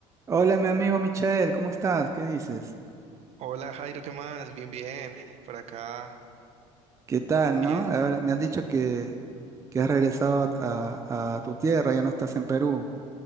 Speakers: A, on the right (about 20°); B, on the right (about 50°).
A: Hola, mi amigo Michael, ¿cómo estás? ¿Qué dices?
B: Hola Jairo, ¿qué más? Bien, bien, por acá,
A: ¿Qué tal,
B: bien.
A: no? Ahora me han dicho que, que has regresado a, a- a tu tierra, ya no estás en Perú.